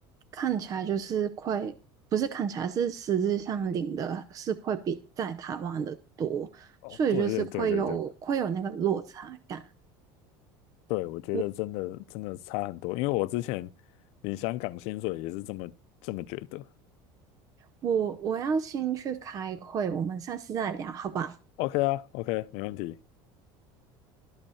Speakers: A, on the right; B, on the left.
A: 看起来就是会，不是看起来是实质上领的是会比在台湾的多，
B: 哦，
A: 所以就是会有会有那个落差感。
B: 对对对对对对，我觉得真的真的差很多，
A: 我
B: 因为我之前领香港薪水也是这么这么觉得。
A: 我我要先去开会，我们下次再聊，好吧？
B: OK 啊，OK，没问题。